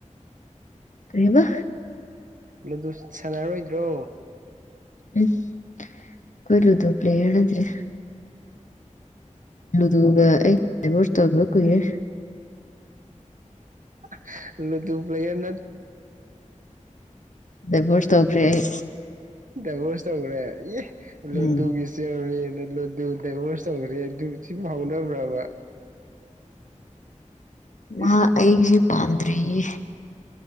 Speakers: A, on the left; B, on the right.
A: ꯀꯩꯕ
B: ꯂꯥꯗꯨ ꯁꯥꯟꯅꯔꯣꯏꯗ꯭ꯔꯣ
A: ꯎꯝ ꯑꯩꯈꯣꯏ ꯂꯥꯗꯨ ꯄ꯭ꯔꯦꯌꯔ ꯅꯠꯇꯔ꯭ꯦ ꯂꯨꯗꯨꯒ ꯑꯩ ꯗꯥꯏꯕꯣꯁ ꯇꯧꯒꯤꯕ ꯀꯨꯏꯔꯦ
B: <unintelligible> ꯂꯨꯗꯨ ꯄ꯭ꯂꯦꯌꯔ ꯅ
A: ꯗꯥꯏꯕꯣꯁ ꯇꯧꯔꯦ ꯑꯩ
B: ꯗꯥꯏꯕꯣꯁ ꯇꯧꯔꯦ ꯏ ꯂꯥꯗꯨꯒꯤ
A: ꯎꯝ
B: ꯆꯦꯌꯔꯃꯦꯟꯠꯅꯦ ꯗꯥꯏꯕꯣꯁ ꯇꯧꯈ꯭ꯔꯦ ꯑꯗꯨ ꯁꯤꯕꯨ ꯐꯥꯎꯅꯕ꯭ꯔꯕ
A: ꯃꯥ
B: ꯏꯁ
A: ꯑꯩꯒꯤꯁꯦ ꯄꯥꯟꯗ꯭ꯔꯦꯌꯦ